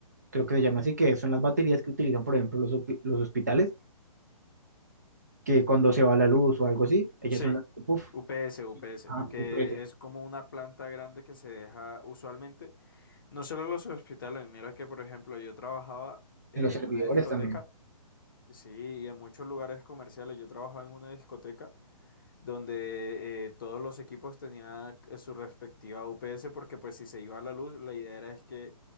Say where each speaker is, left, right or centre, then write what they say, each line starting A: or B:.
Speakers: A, on the right (about 30°); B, on the left (about 35°).
A: creo que se llama así, que son las baterías que utilizan, por ejemplo, los, hospi- los hospitales, que cuando se va la luz o algo así, ellas
B: Sí,
A: son las, que, puf,
B: UPS, UPS,
A: ah,
B: que
A: UPS,
B: es como una planta grande que se deja usualmente, no solo los hospitales, mira que por ejemplo yo trabajaba en
A: en los servidores
B: una discoteca,
A: también.
B: sí, y en muchos lugares comerciales, yo trabajaba en una discoteca donde eh, todos los equipos tenían eh, su respectiva UPS porque pues si se iba a la luz, la idea era es que